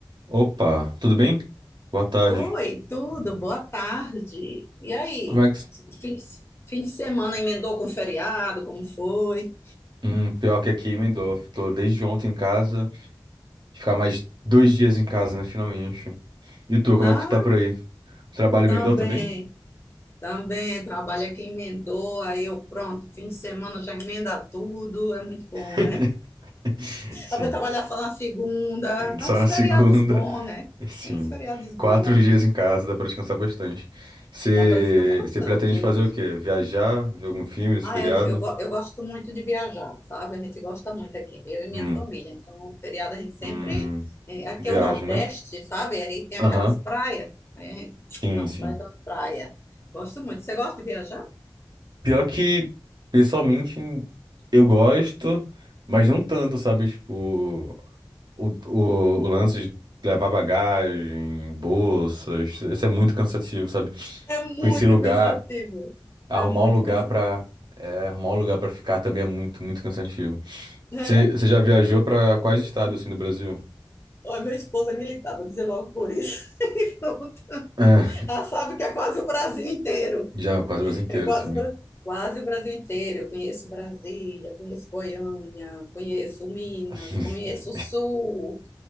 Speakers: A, on the right (about 60°); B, on the left (about 30°).
A: Opa, tudo bem? Boa tarde.
B: Oi, tudo, boa tarde. E aí?
A: Como é que.
B: Fim, fim de semana emendou com feriado, como foi?
A: Hum, pior que aqui, emendou. Tô desde ontem em casa. Ficar mais dois dias em casa, né? Finalmente. E tu, como
B: Ah,
A: é que tá por aí? Trabalho emendou
B: também,
A: também?
B: também, trabalho aqui emendou, aí eu pronto, fim de semana já emenda tudo, é muito bom,
A: <laughs>
B: né?
A: Sim.
B: Eu vou trabalhar só na segunda, tá
A: Só
B: uns
A: na
B: feriados
A: segunda.
B: bons, né?
A: <laughs> Sim.
B: Tem uns feriados bons,
A: Quatro dias em casa, dá pra descansar bastante. Você
B: dá para descansar bastante.
A: pretende fazer o quê? Viajar? Ver algum filme nesse
B: Ah,
A: feriado?
B: eu, eu, go- eu gosto muito de viajar, sabe? A gente gosta muito aqui, eu e minha
A: Hum,
B: família. Então, um feriado a gente sempre.
A: hum,
B: eh, Aqui
A: viagem,
B: é o Nordeste,
A: né?
B: sabe? Aí tem
A: Aham.
B: aquelas praias. Aí a gente <tsk>
A: Sim,
B: ah,
A: sim.
B: sai da praia. Gosto muito. Você gosta de viajar?
A: Pior que, pessoalmente, eu gosto, mas não tanto, sabe? Tipo, o, o, o lance de levar bagagem, bolsas, isso isso é muito cansativo, sabe?
B: É muito
A: Conhecer lugar,
B: cansativo.
A: arrumar
B: É muito
A: um lugar
B: cansativo.
A: pra, é, arrumar um lugar pra ficar também é muito, muito cansativo.
B: É?
A: Você você já viajou pra quais estados, assim, do Brasil?
B: Olha, meu esposo é militar, vou dizer logo por isso. <laughs>
A: É,
B: Ela sabe que é quase o Brasil inteiro.
A: já, quase o Brasil inteiro,
B: É quase,
A: assim.
B: o Bra- quase o Brasil inteiro. Eu conheço Brasília, conheço Goiânia, conheço Minas,
A: <laughs>
B: conheço o Sul.